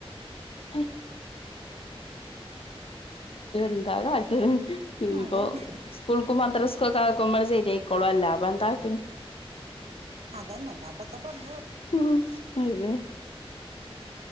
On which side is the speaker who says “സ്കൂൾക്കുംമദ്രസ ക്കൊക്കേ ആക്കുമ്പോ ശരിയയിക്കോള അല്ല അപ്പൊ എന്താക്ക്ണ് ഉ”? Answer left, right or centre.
Left